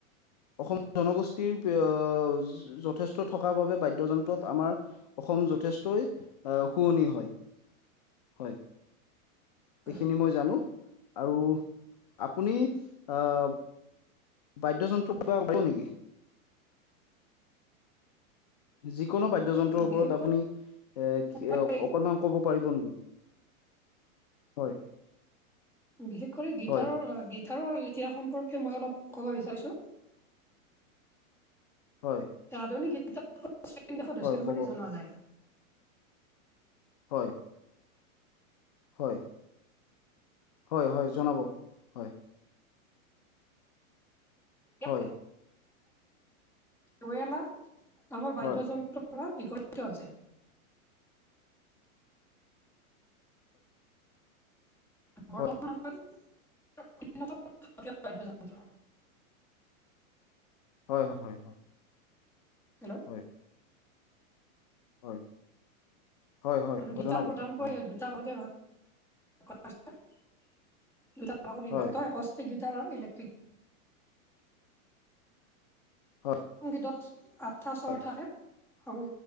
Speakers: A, on the left; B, in the centre.
A: অসমৰ জনগোষ্ঠীৰ এয় যথেষ্ট থকাৰ বাবে বাদ্যযন্ত্ৰত আমাৰ- অসম যথেষ্টই অ শুৱনি হয়, হয়। এইখিনি
B: হয়
A: মই জানো, আৰু আপুনি আ- বাদ্যযন্ত্ৰৰ ওপৰত কিবা ক'ব নেকি? যিকোনো বাদ্যযন্ত্ৰৰ ওপৰত
B: বিশেষ
A: আপুনি এ কিয়
B: কৰি
A: - অকনমান কব পাৰিব নেকি? হয়।
B: বিশেষ কৰি গীটাৰৰ
A: হয়
B: গীটাৰৰ ইতিহাস সম্পৰ্কে মই অলপ ক'ব বিচাৰিছোঁ।
A: হয়।
B: আধুনিক গীটাৰ খন চীন দেশত
A: হয়
B: হৈছিল
A: ক'ব
B: বুলি জনোৱা যায়।
A: হয়। হয়। হয়, হয়, জনাব হয়।
B: ইয়াত
A: হয়।
B: <unintelligible> কামৰ বাদ্যযন্ত্ৰৰ
A: হয়
B: পৰা বিকসিত হৈছে। বৰ্তমান,
A: হয়
B: <unintelligible> বাদ্য যন্ত্ৰ।
A: হয়, হয়, হয়।
B: হেল্ল'।
A: হয় হয়। হয় হয় হয়
B: আৰু গীটাৰ
A: জনাব
B: প্ৰধানকৈ
A: হয়
B: দু দুটা ভাগতে ভাগ কৰা হৈছে, দুটা ভাগত বিভক্ত
A: হয়
B: গীতাৰৰ, ইলেকট্ৰিক
A: হয়
B: সংগীতত, আঠটা স্বৰ
A: হয়
B: থাকে